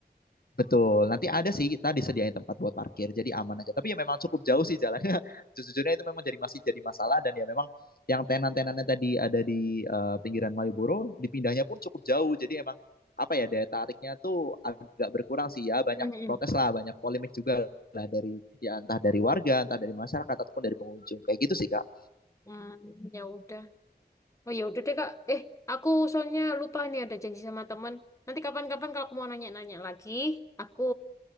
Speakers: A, on the left (about 60°); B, on the left (about 20°).
A: Betul, nanti ada sih kita disediain tempat buat parkir, jadi aman aja. Tapi ya memang cukup jauh sih jalannya. <laughs> Sejujurnya itu memang jadi masih jadi masalah dan ya memang yang tenan-tenannya tadi ada di eh, pinggiran Malioboro, dipindahnya pun cukup jauh. Jadi emang apa ya daya tariknya tuh agak berkurang sih ya. Banyak
B: Hmm. hmm.
A: protes lah, banyak polemik juga lah dari ya entah dari warga, entah dari masyarakat ataupun dari pengunjung. Kayak gitu sih, Kak.
B: Hmm, ya udah. Oh, ya udah deh Kak. Eh, aku soalnya lupa nih ada janji sama teman. Nanti kapan-kapan kalau aku mau nanya-nanya lagi, aku